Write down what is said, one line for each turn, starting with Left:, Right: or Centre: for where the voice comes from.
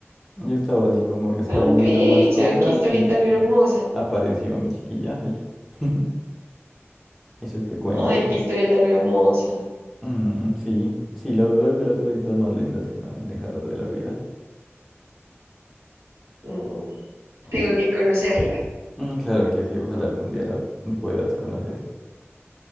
Centre: Yo estaba así como esperando
Right: Tan bella,
Centre: una mascota
Right: qué historia
Centre: y
Right: tan hermosa.
Centre: apareció mi chiquilla. Ay, <laughs> eso te cuento.
Right: Ay, qué historia tan hermosa.
Centre: Mm, sí, sí, la verdad es de las cositas más lindas que me han dejado de la vida.
Right: Mm, tengo que conocerla.
Centre: Mm, claro que sí, ojalá algún día la puedas conocer.